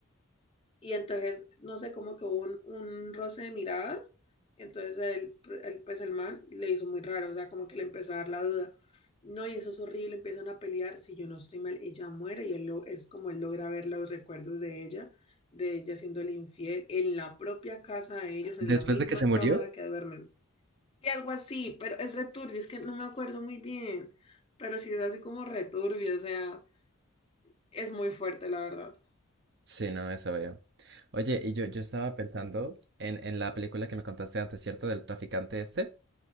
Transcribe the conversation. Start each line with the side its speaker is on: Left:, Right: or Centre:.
Left: Y entonces, no sé, como que hubo un, un roce de miradas. Entonces, el, el, pues el man le hizo muy raro, o sea, como que le empezó a dar la duda. No, y eso es horrible, empiezan a pelear. Si yo no estoy mal, ella muere y él lo, es como él logra ver los recuerdos de ella, de ella siendo el infiel en la propia casa de ellos,
Right: después
Left: en la misma
Right: de que se murió.
Left: cama en la que duermen. Y algo así, pero es returbio, es que no me acuerdo muy bien, pero sí es así como returbio, o sea, es muy fuerte, la verdad.
Right: Sí, no, eso veo. Oye, y yo, yo estaba pensando en, en la película que me contaste antes, ¿cierto? Del traficante este.